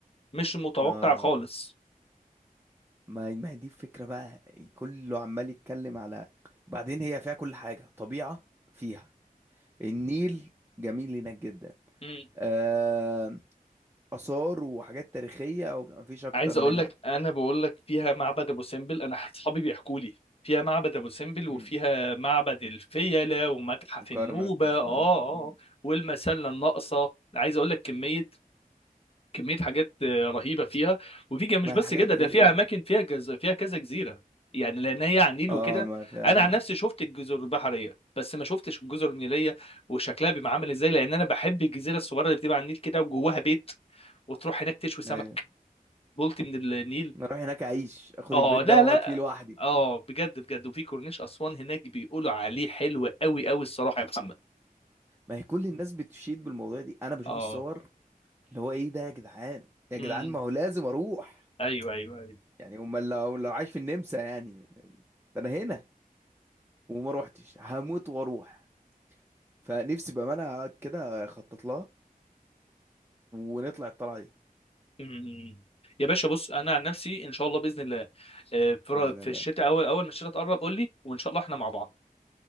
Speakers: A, on the left (about 40°); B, on the right (about 15°).
A: مش متوقع
B: آه
A: خالص
B: ما هي- ما هي دي الفكرة بقى كله عمال يتكلم على بعدين هي فيها كل حاجة طبيعة فيها النيل جميل هناك جدا
A: <laughs>
B: آه، آثار وحاجات تاريخية ومفيش أكتر
A: عايز اقول
B: منها
A: لك انا بقول لك فيها معبد ابو سمبل انا اصحابي بيحكوا لي فيها معبد ابو سمبل وفيها
B: مم.
A: معبد الفيلة ومتحف
B: وكرنك
A: النوبة
B: وكل...
A: اه اه
B: مم.
A: آه، والمسلة الناقصة عايز اقول لك كمية كمية حاجات آه، رهيبة فيها وفي كان مش
B: ما
A: بس
B: الحاجات
A: كده
B: دي
A: ده فيها اماكن فيها جز... فيها كذا جزيرة يعني لان هي على النيل
B: اه
A: وكده
B: ما في ايوه
A: انا عن نفسي شفت الجزر البحرية بس ما شفتش الجزر النيلية وشكلها بيبقى عامل ازاي لان انا بحب الجزيرة الصغيرة اللي بتبقى على النيل كده وجواها بيت وتروح هناك تشوي سمك
B: ايوه
A: بلطي من النيل
B: أنا اروح هناك اعيش اخد
A: اه
B: البيت
A: لا
B: ده واقعد
A: لا
B: فيه لوحدي
A: اه بجد بجد وفي كورنيش اسوان هناك بيقولوا عليه حلو قوي قوي الصراحه يا محمد
B: ما هي كل الناس بتشيد بالموضوع دي انا بشوف
A: اه
B: الصور اللي هو ايه ده يا جدعان يا جدعان
A: امم
B: ما هو لازم اروح
A: ايوه ايوه ايوه
B: يعني امال لو لو عايش في النمسا يعني ده انا هنا وما روحتش هموت واروح فنفسي بامانه اقعد كده اخطط لها ونطلع الطلعه دي
A: امم يا باشا بص انا عن نفسي ان شاء الله باذن الله آه، في
B: بإذن
A: في
B: الله
A: الشتاء اول اول ما الشتاء تقرب قول لي وان شاء الله احنا مع بعض